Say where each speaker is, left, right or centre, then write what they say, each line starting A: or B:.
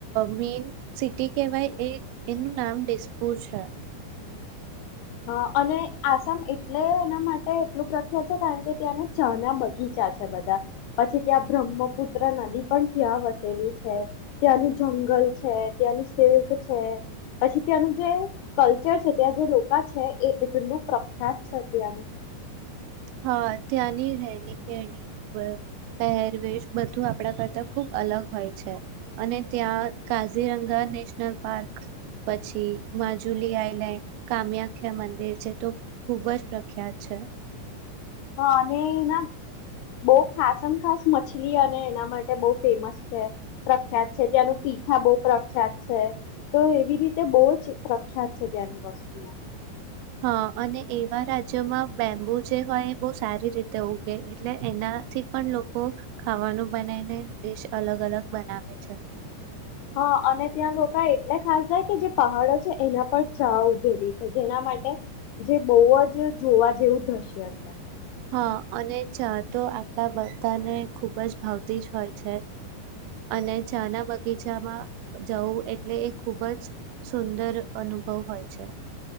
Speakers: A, on the right; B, on the left.
A: મેન સિટી કેહેવાય એ એનું નામ દિસપુર છે.
B: હ અને આસામ એટલે એના માટે એટલું પ્રખ્યાત છે કારણ કે ત્યાંના ચહા ના બગીચા છે બધા પછી ત્યાં બ્રહ્મપુત્ર નદી પણ ત્યાં વસેલી છે ત્યાંનું જંગલ છે ત્યાંનું સિલ્ક છે પછી ત્યાંનું જે કલ્ચર છે ત્યાં જે <unintelligible> છે એ એટલું બ પ્રખ્યાત છે ત્યાંનું.
A: હા ત્યાંની રહેણી કેરણી પહેરવેશ બધું આપણા કરતા ખુબ અલગ હોય છે અને ત્યાં કાઝીરંગા ને નેશનલ પાર્ક, પછી માજુલી આઈલેન્ડ, કામ્યાખ્યા મંદિર છે તો ખુબ જ પ્રખ્યાત છે.
B: હા અને એના બો ખાસમ ખાસ મછલી અને એના માટે બહુ ફેમસ છે, પ્રખ્યાત છે. ત્યાંનું પીઠા બહુ પ્રખ્યાત છે, તો એવી રીતે બો જ પ્રખ્યાત છે ત્યાંની વસ્તુઓ.
A: હા અને એવા રાજ્યોમાં બેમ્બુ જે હોય એ બહુ સારી રીતે ઉગે એટલે એનાથી પણ લોકો ખાવાનું બનાવીને ડિશ અલગ અલગ બનાવે છે.
B: હા અને ત્યાં લોકા એટલે ખાસ જાય કે જે પહાડો છે, એના પર ચા ઉભેલી છે, જેના માટે જે બહુ જ જોવા જેવું દ્રશ્ય છે.
A: હા અને ચા તો આપણા બધાને ખૂબ જ ભાવતી જ હોય છે અને ચા ના બગીચામાં જવું એટલે એ ખૂબ જ સુંદર અનુભવ હોય છે.